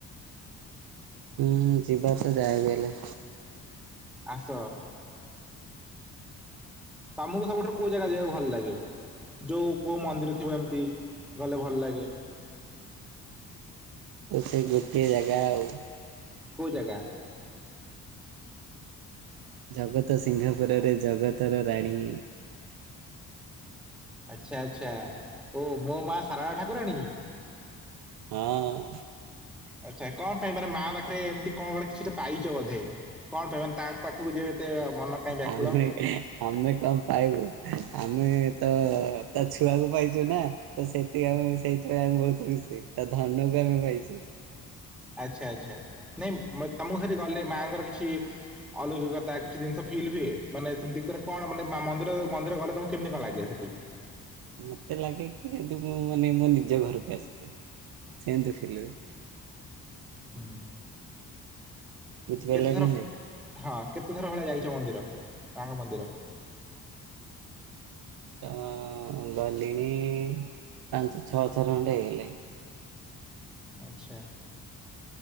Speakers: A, on the right; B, in the centre.
A: ହୁଁ ଯିବା ତ ଯାଏ ବି ହେଲେ।
B: ଆସ। ତମକୁ ସବୁଠାରୁ କୋଉ ଜାଗା ଯିବାକୁ ଭଲ ଲାଗେ? ଯୋଉ ପୁଅ ମନ୍ଦିର ଥିବ ଏମିତି ଗଲେ ଭଲ ଲାଗେ।
A: ସେଇ ଗୋଟିଏ ଜାଗା ଆଉ।
B: କୋଉ ଜାଗା?
A: ଜଗତ ସିଂହପୁରରେ ଜଗତର ରାଣୀ।
B: ଆଚ୍ଛା ଆଚ୍ଛା ଓ ମୋ ମା ସାରାଳା ଠାକୁରାଣୀ।
A: ହଁ।
B: ଆଚ୍ଛା କଣ ପାଇଁ ମାନେ ମା ପାଖରେ ଏମିତି କଣ ଗୋଟେ କିଛି ପାଇଛ ବଧେ। କଣ ପାଇଁ ତାପାଖକୁ ଯିବା ଏତେ ମନ? କାଇଁ ବ୍ୟାକୁଳ
A: ଆମେ ଆମେ କଣ ପାଇବୁ ଆମେ ତ ତା ଛୁଆକୁ ପାଇଛୁ ନା। ତ ସେଥିକି ଆମେ ସେଇଥିପାଇଁ ଆମେ ବହୁତ ଖୁସି ତା ଧନକୁ ଆମେ ପାଇଛୁ।
B: ଆଚ୍ଛା ଆଚ୍ଛା ନାଇଁ ତମକୁ ସେଠି ଗଲେ ମାଆଙ୍କର କିଛି ଅଲୌକିକତା କିଛି ଜିନିଷ ଫିଲ୍ ହୁଏ ମାନେ ସେମିତି କଣ ମ ମନ୍ଦିର ମନ୍ଦିର ଗଲେ ତମକୁ କେମିତି କଣ ଲାଗେ ସେଠି?
A: ମୋତେ ଲାଗେ କି ଏୁ ମୁଁ ମାନେ ମୋ ନିଜ ଘରକୁ ଆସିଛି ସେଏନ୍ତି ଫିଲ୍ ହୁଏ
B: ହୁଁ
A: ବୁଝିପାରିଲ
B: କେତେଥର
A: ନା ନାଇଁ
B: ହଁ କେତେଥର ଭଳିଆ ଯାଇଛ ମନ୍ଦିର ମାଙ୍କ ମନ୍ଦିର?
A: ତ ଗଲିଣି ପାଞ୍ଚ ଛଅ ଥର ଖଣ୍ଡେ ହେଇଗଲେଇ।
B: ଆଚ୍ଛା।